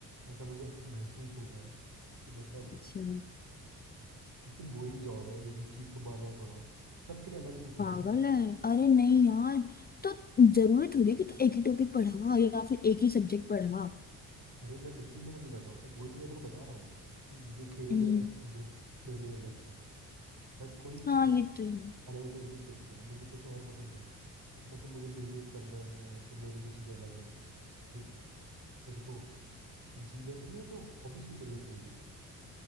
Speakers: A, on the right; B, on the left.
A: ऐसा मुझे महसूस होता है कि मतलब
B: अच्छा
A: कितनी बोरिंग जॉब है एक ही चीज़ को बार बार पढ़ाओ सबके लिए अलग अलग
B: पागल
A: है मैं
B: है अरे नहीं यार तो जरूरी थोड़ी है कि तू एक ही टॉपिक पढ़ा या फिर एक ही सब्जेक्ट पढ़ा
A: अरे मैं बिल्कुल मना नहीं कर रहा हूँ तो वही तो मैं तेरे को बता रहा हूँ कि ये तेरे
B: हम्म
A: लिए अलग चीज़ है मेरे लिए अलग चीज़ है हर कोई
B: हाँ ये तो है
A: अलग तरीके से देखता है मुझे कुछ और पसंद है मतलब मुझे बिजनेस करना है तो मेरे लिए चीज़ें अलग है ठीक है तेरे को टीचिंग करनी है तो ऑब्वियसली तेरे लिए सही है